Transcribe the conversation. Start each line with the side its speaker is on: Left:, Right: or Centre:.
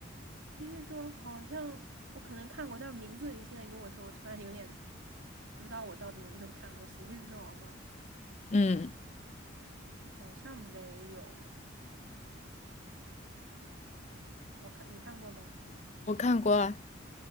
Right: 喜剧之王好像我可能看过，但名字现在跟我说，我突然有点不知道我到底有没有看过《喜剧之王》吗？
Left: 嗯，
Right: 好像没有。好看，你看过吗？
Left: 我看过啊